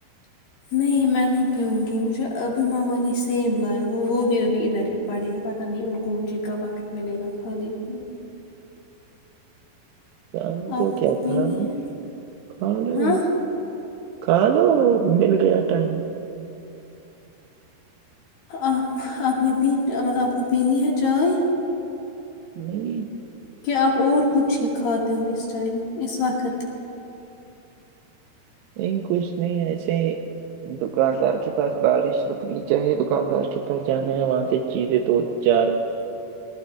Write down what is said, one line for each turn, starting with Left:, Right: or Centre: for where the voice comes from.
Left: نہیں میں نہیں پیوں گی مجھے ابھی ماما نے سیب لایا وہ وہ بھی ابھی ادھر ہی پڑے ہیں پت نہیں ان کو مجھے کب وقت ملے گا کھانے کو
Right: ٹائم کو
Left: آپ
Right: کیا
Left: پینی
Right: ٹائم
Left: ہے
Right: کھا لو
Left: ہاں
Right: کھا لومل گیا ٹائم
Left: آپ آپ نے پی مطلب آپ کو پینی ہے چائے
Right: نہیں
Left: کہ آپ اور کچھ ہی کھاتے ہو اس ٹائم اس وقت
Right: نہیں کچھ نہیں ایسے دکاندار کے پاس بارش رکنی چاہیے دکاندار کے پاس جانا ہے وہاں سے چیزیں دو چار
Left: ج <unintelligible> <inaudible>